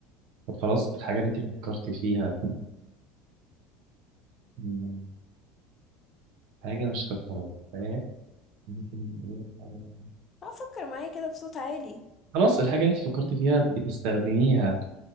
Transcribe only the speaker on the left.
افكر معايا كده بصوت عالي